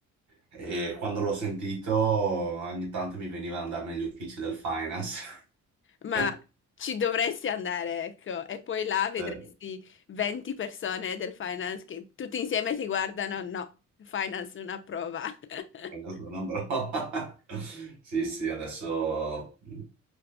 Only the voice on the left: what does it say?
Ma
ci dovresti andare, ecco, e poi là vedresti
20 persone del finance che tutti insieme ti guardano, no, finance non approva. <laughs>